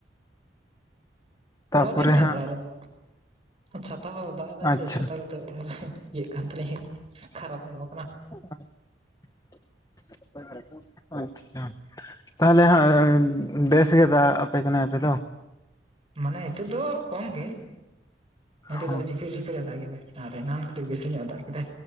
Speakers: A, on the left (about 20°); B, on the right (about 30°).
A: ᱛᱟᱯᱚᱨᱮ
B: ᱚᱲᱟᱜ ᱞᱤᱧ ᱛᱟᱦᱮᱸᱱᱟ
A: ᱦᱟᱸᱜ
B: ᱚᱲᱟᱜ ᱨᱮᱫᱚ, ᱪᱷᱟᱛᱟ ᱦᱚᱸ ᱫᱟᱜ ᱮᱫᱟᱭ
A: ᱟᱪᱪᱷᱟ
B: ᱥᱮ ᱪᱷᱟᱛᱟ ᱠᱟᱛᱮ ᱤᱭᱟᱹᱜ ᱠᱟᱱ ᱛᱟᱞᱤᱧ ᱠᱷᱟᱨᱟᱯ ᱧᱚᱜ ᱠᱟᱱᱟ
A: <unintelligible> ᱛᱟᱦᱚᱞᱮ ᱦᱟᱸᱜ ᱵᱮᱥᱜᱮ ᱫᱟᱜ ᱟᱯᱮ ᱠᱟᱱᱟ ᱟᱯᱮ ᱫᱚ?
B: ᱢᱟᱱᱮ ᱱᱤᱛᱳᱜ ᱫᱚ ᱠᱚᱢ ᱜᱮ, ᱱᱤᱛᱚᱜ
A: ᱦᱚᱸ
B: ᱫᱚ ᱡᱷᱤᱯᱤᱨ ᱡᱷᱤᱯᱤᱨ ᱮ ᱫᱟᱜ ᱮᱫᱟᱭ ᱾ ᱟᱨ ᱮᱱᱟᱱ ᱠᱟᱹᱴᱤᱡ ᱵᱮᱥᱤ ᱧᱚᱜ ᱫᱟᱜ ᱠᱮᱫᱟᱭ